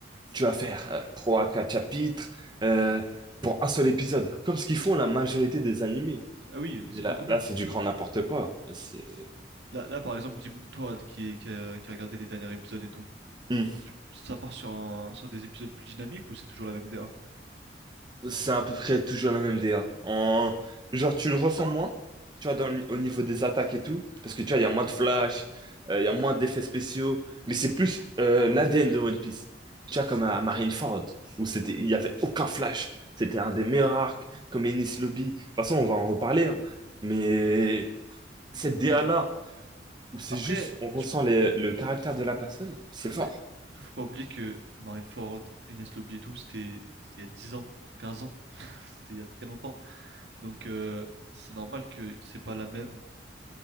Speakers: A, on the right; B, on the right.
A: tu vas faire euh, trois à quatre chapitres euh, pour un seul épisode, comme ce qu'ils font la majorité des animés.
B: Ah oui,
A: Mais
B: c'est
A: là,
B: beaucoup mieux.
A: là c'est du grand n'importe quoi. C'est
B: Là, là, par exemple, dis- toi qui, qui, a, qui a regardé les derniers épisodes et tout,
A: Hmm.
B: tu- ça part sur, un- sur des épisodes plus dynamiques ou c'est toujours la même DA?
A: c'est à peu près toujours la même DA. En... Genre, tu le ressens moins, tu vois, dans le- au niveau des attaques et tout, parce que tu vois, il y a moins de flash, euh, il y a moins d'effets spéciaux, mais c'est plus euh, l'ADN de One Piece. Tu vois, comme à Marineford, où c'était, il y avait aucun flash. C'était un des meilleurs arcs, comme Enies Lobby. De toute façon, on va en reparler, hein. Mais cette
B: Hmm.
A: DA-là, où c'est
B: Après,
A: juste, on ressent
B: je, pe-
A: les- le caractère de la personne, c'est
B: après,
A: fort.
B: après, faut pas oublier que Marineford, Enes Lobby et tout, c'était c'était il y a 10 ans, 15 ans, <laughs> c'était il y a très longtemps. Donc euh, c'est normal que c'est pas la même,